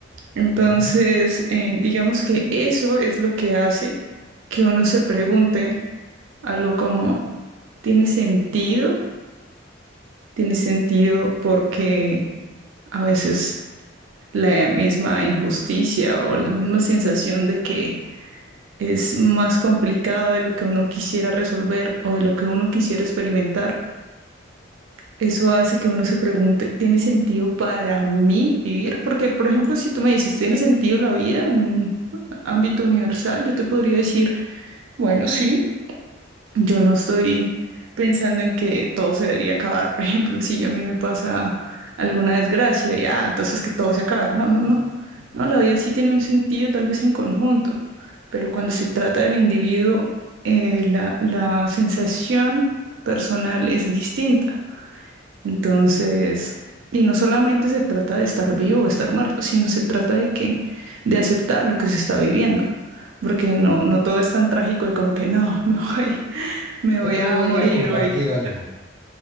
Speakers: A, on the right; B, on the right.
A: Entonces,
B: ujú.
A: eh, digamos que eso es lo que hace que uno se pregunte algo como, ¿tiene sentido? ¿Tiene sentido porque a veces la misma injusticia o la misma sensación de que es más complicado de lo que uno quisiera resolver o de lo que uno quisiera experimentar. Eso hace que uno se pregunte, ¿tiene sentido para mí vivir? Porque, por ejemplo, si tú me dices, ¿tiene sentido la vida en un ámbito universal? Yo te podría decir, bueno, sí. Yo no estoy pensando en que todo se debería acabar. Por ejemplo, si a mí me pasa alguna desgracia y ah, entonces que todo se acabe. No, no, no. No, la vida sí tiene un sentido, tal vez en conjunto, pero cuando se trata del individuo, eh, la, la sensación personal es distinta. Entonces, y no solamente se trata de estar vivo o estar muerto, sino se trata de que, de aceptar lo que se está viviendo, porque no, no todo es tan trágico de como que no, me voy, <laughs> me
B: Yo
A: voy
B: te
A: a
B: voy
A: morir
B: a compartir
A: hoy.
B: algo.